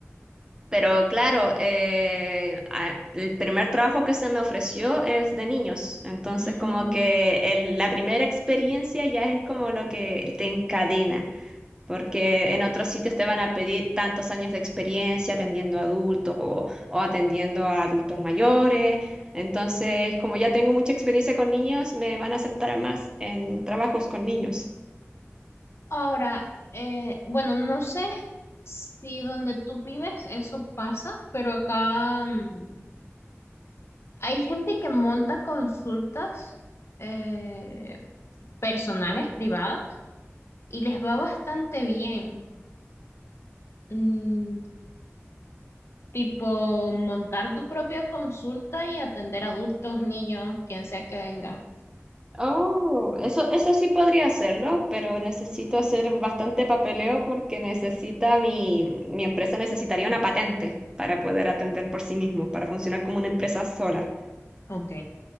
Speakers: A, on the right; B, on the left.
A: pero claro, eh, a- el primer trabajo que se me ofreció es de niños, entonces
B: Mm,
A: como que el- la primera experiencia ya es como lo que te encadena porque en otros sitios te van a pedir tantos años de experiencia atendiendo a adultos o, o atendiendo a adultos mayores. Entonces, como ya tengo mucha experiencia con niños, me van a aceptar más en trabajos con niños.
B: Ahora, eh, bueno, no sé si donde tú vives eso pasa, pero acá mm, Hay gente que monta consultas eh, personales, privadas, y les va bastante bien. Mm, tipo, montar tu propia consulta y atender adultos, niños, quien sea que venga.
A: Oh, eso, eso sí podría hacerlo, pero necesito hacer bastante papeleo porque necesita mi, mi empresa necesitaría una patente para poder atender por sí mismo, para funcionar como una empresa sola.
B: Ok.